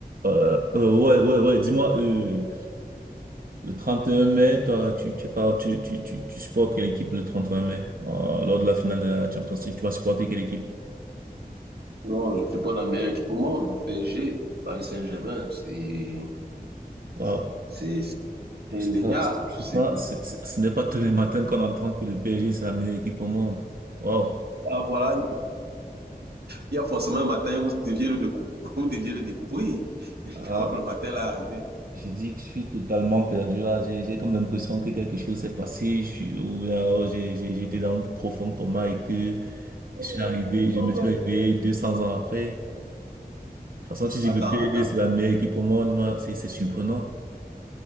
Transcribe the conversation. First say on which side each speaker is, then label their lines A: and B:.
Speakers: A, on the right; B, on the right.
A: Euh, euh, ouais, ouais, ouais. Dis-moi, euh, le 31 mai, toi, tu, tu, pars- tu, tu, tu, tu supportes quelle équipe le 31 mai, euh, lors de la finale de la Champions League, tu vas supporter quelle équipe?
B: Non, je ne suis pas la meilleure équipe au monde. Le PSG, Paris Saint-Germain, c'est
A: Waouh.
B: c'est- c'est
A: C'est
B: indéniable.
A: pas, c'est
B: C'est-
A: pas, c'est- c'est- ce n'est pas tous les matins qu'on entend que le PSG, c'est la meilleure équipe au monde. Waouh.
B: Ah, voilà, il y a forcément un matin où vous deviez le, décou- <laughs> vous deviez le découvrir. Je
A: Ah,
B: crois que le matin là est arrivé.
A: j'ai dit que je suis totalement perdu là. J'ai, j'ai comme l'impression que quelque chose s'est passé. Je suis, ou bien alors j'ai, j'ai, j'étais dans un profond coma et que
B: Oh
A: je suis arrivé, je
B: non,
A: me suis
B: oh
A: réveillé 200 ans après. De toute façon, tu dis
B: Attends,
A: que le PLD,
B: attends,
A: c'est la meilleure équipe au monde, moi, c'est c'est surprenant. <laughs>